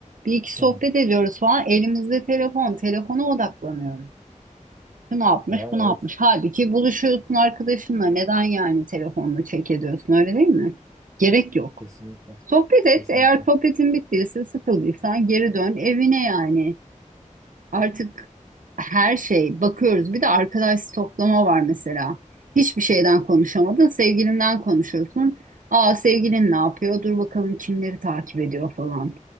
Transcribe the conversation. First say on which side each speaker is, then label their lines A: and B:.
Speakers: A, on the right (about 80°); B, on the right (about 25°).
A: Bir iki sohbet
B: Hı hı.
A: ediyoruz falan. Elimizde telefon, telefona odaklanıyoruz. Şu ne yapmış,
B: Yani
A: bu ne
B: evet
A: yapmış. Halbuki buluşuyorsun arkadaşınla. Neden yani telefonla çek ediyorsun öyle değil mi? Gerek yok.
B: kesinlikle
A: Sohbet et.
B: kesinlikle.
A: Eğer sohbetin bittiyse, sıkıldıysan geri dön evine yani. Artık her şey bakıyoruz. Bir de arkadaş stoklama var mesela. Hiçbir şeyden konuşamadın, sevgilinden konuşuyorsun. Aa sevgilin ne yapıyor? Dur bakalım kimleri takip ediyor falan.